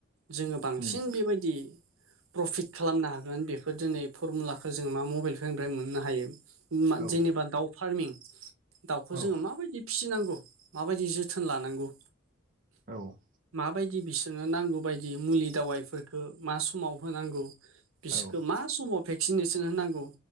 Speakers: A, on the right; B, on the right.
A: जोङो बांसिन
B: उम
A: बेबायदि प्रफिट खालामनो हागोन बेफोर दिनै फरमुलाखौ जों मा मबाइलफोरनिफ्राय मोननो हायो।
B: औ
A: जेनेबा दाउ फार्मिं दाउखौ
B: औ
A: जोङो माबायदि फिसिनांगौ माबायदि जोथोन लानांगौ
B: औ
A: माबायदि बिसोरनो नांगौ बायदि मुलि दावाइफोरखौ मा समाव होनांगौ? बिसोरखौ
B: औ
A: मा समाव भेक्सिनेसन होनांगौ